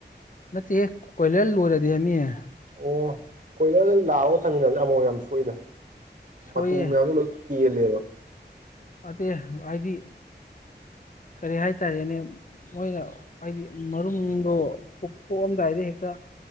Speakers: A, on the left; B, on the right.
A: ꯅꯠꯇꯦ ꯀꯣꯏꯂꯔ ꯂꯣꯏꯔꯗꯤ ꯃꯤꯌꯦ
B: ꯑꯣ ꯀꯣꯏꯂꯔꯗ ꯂꯥꯛꯑꯒ ꯊꯝꯃꯤꯟꯅꯁꯦ ꯑꯃꯨꯛ ꯌꯥꯝ ꯁꯣꯛꯏꯗ
A: ꯁꯣꯏꯌꯦ
B: ꯃꯇꯨ ꯃꯌꯥꯝꯗ ꯂꯣꯏ ꯀꯦꯜꯂꯦꯕ
A: ꯑ ꯑꯩꯗꯤ
B: <unintelligible>
A: ꯀꯔꯤ ꯍꯥꯏꯇꯥꯔꯦꯅꯦ ꯃꯣꯏꯅ ꯍꯥꯏꯗꯤ ꯃꯔꯨꯝꯗꯣ ꯀꯣꯛꯊꯣꯛꯑꯝꯗꯥꯏꯗ ꯍꯦꯛꯇ